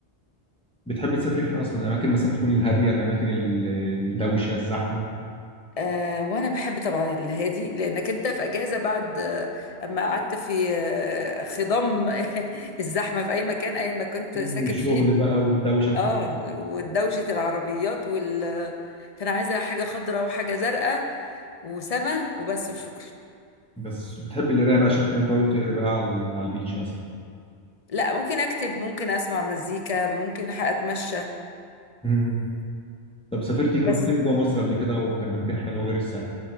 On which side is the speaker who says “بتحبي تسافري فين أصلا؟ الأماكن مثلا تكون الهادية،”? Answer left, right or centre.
Centre